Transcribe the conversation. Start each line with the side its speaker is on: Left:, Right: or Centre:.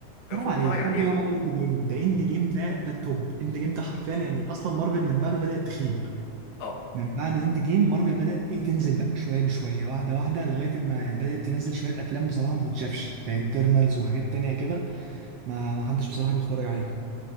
Left: كان
Right: حرام
Left: المفروض
Right: عليك
Left: اتفرج عليهم
Right: حد يقع على اند جيم ده اند جيم ده ده التوب اند جيم ده حرفيا يعني اصلا مارفل من بعده بدأت تخيب
Left: اه
Right: من بعد اند جيم مارفل بدأت ايه تنزل بقى شويه بشويه واحده واحده لغايه ما يعني بدأت تنزل شويه افلام بصراحه ما تتشافش ده انترنالز وحاجات تانية كده ما ما حدش بصراحه بيتفرج عليه